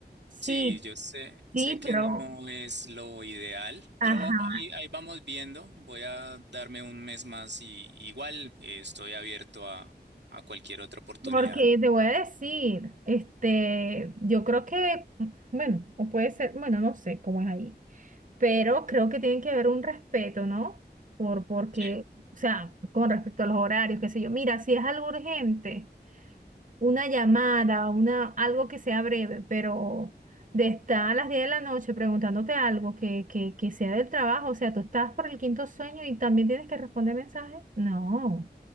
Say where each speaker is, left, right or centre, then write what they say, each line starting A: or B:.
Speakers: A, on the right; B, on the right.
A: sí,
B: Sí, yo sé,
A: sí,
B: sé que
A: pero,
B: no es lo ideal, pero
A: ajá,
B: va- ahí, ahí vamos viendo. Voy a darme un mes más y igual eh, estoy abierto a, a cualquier otra oportunidad.
A: porque te voy a decir, este, yo creo que, bueno, o puede ser, bueno, no sé cómo es ahí, pero creo que tiene que haber un respeto, ¿no? Por, porque,
B: Sí,
A: o sea, con respecto a los horarios, qué sé yo, mira, si es algo urgente. una llamada, una, algo que sea breve, pero de estar a las 10 de la noche preguntándote algo que, que, que sea del trabajo, o sea, tú estás por el quinto sueño y también tienes que responder mensajes. No,